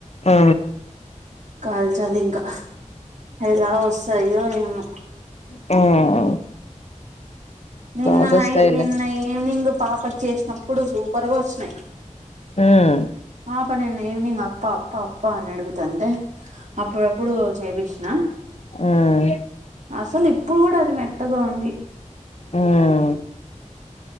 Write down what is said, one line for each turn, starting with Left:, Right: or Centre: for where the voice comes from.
Left: ఆ
Right: కాల్చాలి ఇంకా ఎలా వస్తాయో ఏమో
Left: ఉం
Right: నిన్న
Left: బాగొస్తాయిలే
Right: నై నిన్న ఈవినింగ్ పాపడ్ చేసినప్పుడు సూపర్గా వచ్చినయి
Left: ఉం
Right: పాప నిన్న ఈవినింగ్ అప్ప అప్ప అప్ప అని అడుగుత అంటే అప్పుడప్పుడు చేపిచినా
Left: ఉం
Right: అసలు ఇప్పుడు కూడా అది మెత్తగా ఉంది
Left: ఉం